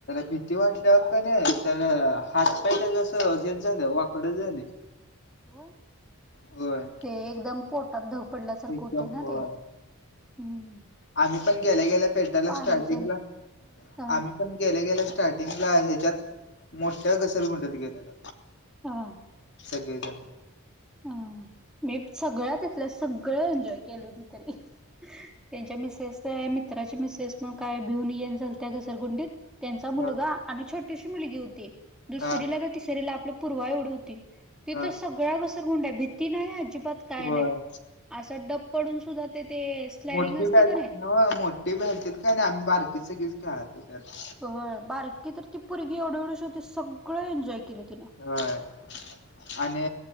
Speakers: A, on the left; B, in the centre.
A: भीती वाटल्यावर कनी त्याला हात पाय त्याच् असच झालं वाकडच झाले.
B: व
A: होय.
B: ते एकदम पोटात धग पडल्यासारखं
A: एकदम
B: होते ना
A: होय
B: ते. हम्म
A: आम्ही पण गेल्या गेल्या पेटायला
B: पाण्याचे
A: स्टार्टिंगला.
B: ह
A: आम्ही पण गेल्या गेल्या स्टार्टिंगला ह्याच्यात मोठ्या घसरगुंडीत गेलेलो.
B: हा.
A: सगळेजण.
B: अ म सगळ्या तिथल्या सगळ एंजॉय केलोय. त्यांच्या मिसेस मी मित्राची मिसेस मग काय भिऊन येन झाल त्या घसरगुंडीत. त्यांचा मुलगा
A: ह
B: आणि छोटीशी मुलगी होती दुसरीला
A: हा
B: का तिसरीला आपली पूर्वा एवढी होती. तिथ
A: हा
B: सगळ्या घसरगुंड्या आहे भीती नाही अजिबात काय
A: होय
B: नाही. असं डब पडून सुद्धा ते ते. स्लायडिंग
A: मोठी
B: असते
A: भ
B: का नाही
A: मोठे भ्यालतीत काय आम्ही बारकी सगळीच खेळातो त्यात.
B: हो‌. बारकी तर ती परगी एवढे एवढे शेवती सगळं एन्जॉय केले तिनं.
A: होय. आणि